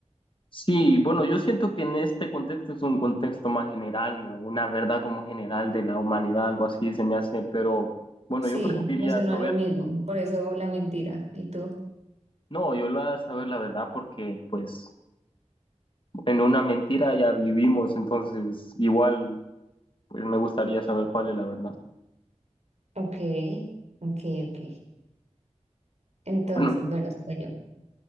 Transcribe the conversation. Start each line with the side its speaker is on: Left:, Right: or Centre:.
Left: Sí, bueno, yo siento que en este contexto es un contexto más general, ¿no? Una verdad como general de la humanidad, algo así se me hace, pero bueno,
Right: Sí,
Left: yo preferiría
Right: me sonó
Left: saber,
Right: a lo mismo, por eso la mentira. ¿Y tú?
Left: no, yo la saber la verdad porque pues en una mentira ya vivimos, entonces igual pues me gustaría saber cuál es la verdad.
Right: Ok, ok, ok. Entonces,
Left: Bueno,
Right: bueno, soy yo.